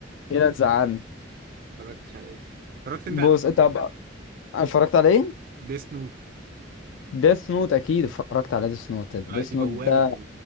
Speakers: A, on the left (about 80°); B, on the right (about 50°).
A: كده تزعلني
B: ما اتفرجتش عليه اتفرجت
A: بص
B: انت على
A: طب اتفرجت على ايه
B: ديس نوت
A: ديث نوت اكيد اتفرجت على ديث نوت ديث
B: دي
A: نوت
B: بوابة
A: ده
B: ال...